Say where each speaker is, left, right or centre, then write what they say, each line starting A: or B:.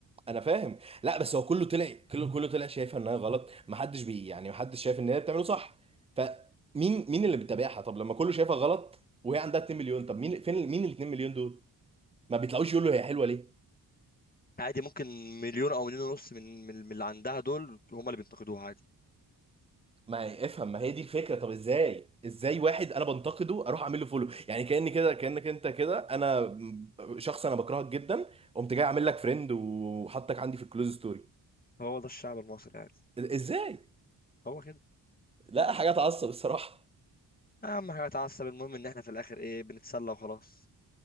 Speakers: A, on the right (about 15°); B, on the left (about 20°).
A: انا فاهم لا بس هو كله طلع كله كله طلع شايفها انها غلط ما حدش بي يعني ما حدش شايف ان هي بتعمله صح فمين مين اللي بيتابعها طب لما كله شايفها غلط وهي عندها 2 مليون طب مين فين ال- مين ال 2 مليون دول ما بيطلعوش يقولوا هي حلوه ليه
B: عادي ممكن مليون او مليون ونص من من من اللي عندها دول هم اللي بينتقدوها عادي
A: ما افهم ما هي دي الفكره طب ازاي ازاي واحد انا بنتقده اروح اعمل له فولو يعني كاني كده كانك انت كده انا شخص انا بكرهك جدا قمت جاي اعمل لك فريند وحطك عندي في الكلوز ستوري
B: هو ده الشعب المصري عادي
A: ازاي
B: هو كده
A: لا حاجه تعصب الصراحه
B: اهم حاجه اتعصب المهم ان احنا في الاخر ايه بنتسلى وخلاص